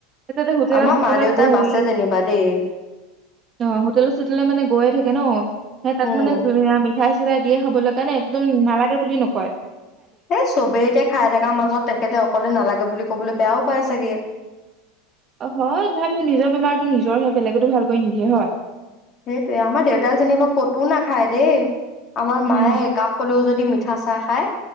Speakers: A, on the right; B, on the left.
A: াতে হোটেলৰ
B: আমাৰ
A: চোটেলে
B: মা দেউতাই
A: গ হেৰি
B: বাচে যেনিবা দেই
A: অ হোটেলৰ চোটেললে মানে গৈয়ে থাকে ন সেই তাত
B: উম
A: মানে জো আমি খশিৰা <unintelligible> দিয়ে খাবলৈ কাৰণে একদম নালাগে বুলি নক হয়
B: এ চবেই এতিয়া খাই থকাৰ মাজত তেখেতে অকলে নালাগে বুলি কবলৈ বেয়াও পাই চাগে
A: হয় তথাপিও নিজৰ বেমাৰটো নিজৰহে বেলেগেতো ভালক নিদিয়ে হয়
B: সেইটোয়ে আমাৰ দেউতা যেনিবা কতো নাখায় দেই আমাৰ
A: উম
B: মায়ে একাপ হলেও যদি মিঠা চাহ খায়